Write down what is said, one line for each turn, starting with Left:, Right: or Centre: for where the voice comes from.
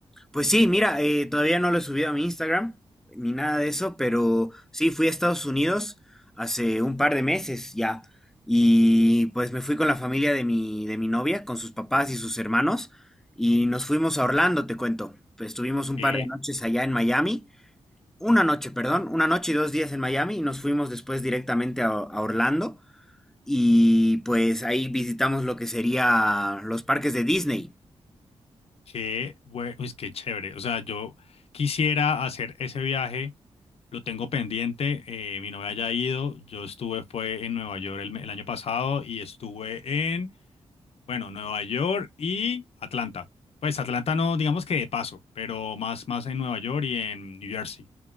Centre: Pues sí, mira, eh, todavía no lo he subido a mi Instagram ni nada de eso, pero sí, fui a Estados Unidos hace un par de meses ya y pues me fui con la familia de mi, de mi novia, con sus papás y sus hermanos y nos fuimos a Orlando, te cuento. Pues estuvimos un
Left: Eh,
Centre: par de noches allá en Miami. una noche, perdón, una noche y dos días en Miami y nos fuimos después directamente a, a Orlando y pues ahí visitamos lo que sería los parques de Disney.
Left: Qué, bue- pues qué chévere. O sea, yo quisiera hacer ese viaje, lo tengo pendiente, eh, mi novia ya ha ido, yo estuve, fue en Nueva York el, me- el año pasado y estuve en, bueno, Nueva York y Atlanta. Pues Atlanta no, digamos que de paso, pero más, más en Nueva York y en New Jersey